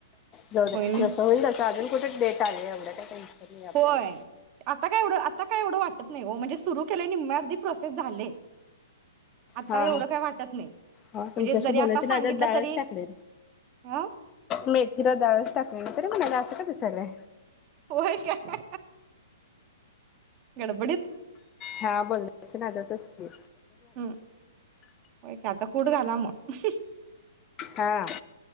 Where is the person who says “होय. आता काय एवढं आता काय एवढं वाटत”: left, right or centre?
Right